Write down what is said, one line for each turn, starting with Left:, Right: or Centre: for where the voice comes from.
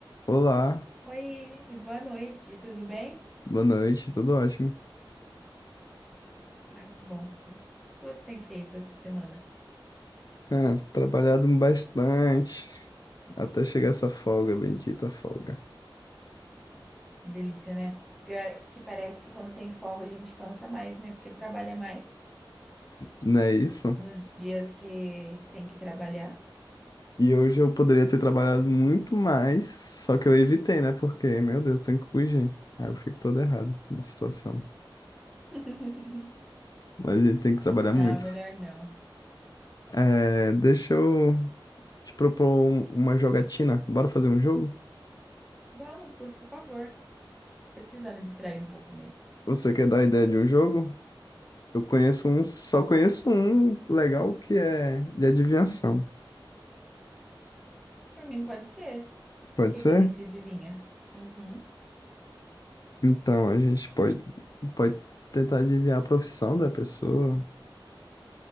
Left: Olá,
Centre: Oi, e boa noite, tudo bem?
Left: boa noite, tudo ótimo.
Centre: Ai, que bom. O que você tem feito essa semana?
Left: Ah, trabalhado bastante até chegar essa folga, bendita folga.
Centre: Delícia, né? Pior que parece que quando tem folga a gente cansa mais, né? Porque trabalha mais
Left: Não é isso?
Centre: nos dias que tem que trabalhar.
Left: E hoje eu poderia ter trabalhado muito mais, só que eu evitei, né? Porque, meu Deus, tenho que fugir. Aí eu fico todo errado na situação.
Centre: <laughs>
Left: Mas a gente tem que trabalhar
Centre: Não,
Left: muito.
Centre: melhor não.
Left: É, deixa eu te propor um- uma jogatina. Bora fazer um jogo?
Centre: Vamos, por favor. Precisando distrair um pouco mesmo.
Left: Você quer dar a ideia de um jogo? Eu conheço um, só conheço um legal que é de adivinhação.
Centre: Por mim, pode ser.
Left: Pode
Centre: O que
Left: ser?
Centre: que a gente adivinha? Uhum.
Left: Então, a gente pode, pode tentar adivinhar a profissão da pessoa.